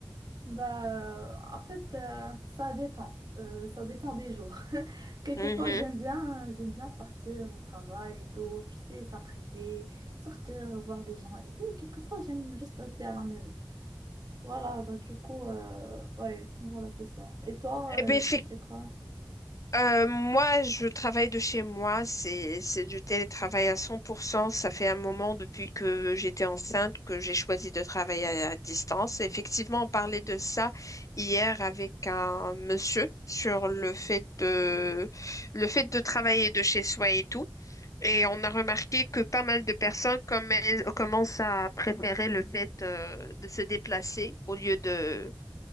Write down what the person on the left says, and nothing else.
Mhm.
Eh
ben,
Euh, moi, je travaille de chez moi, c'est c'est du télétravail à 100%. Ça fait un moment depuis que j'étais enceinte que j'ai choisi de travailler à à distance. Et effectivement, on parlait de ça hier avec un monsieur sur le fait de le fait de travailler de chez soi et tout. Et on a remarqué que pas mal de personnes comme elles, commencent à préférer le fait euh, de se déplacer au lieu de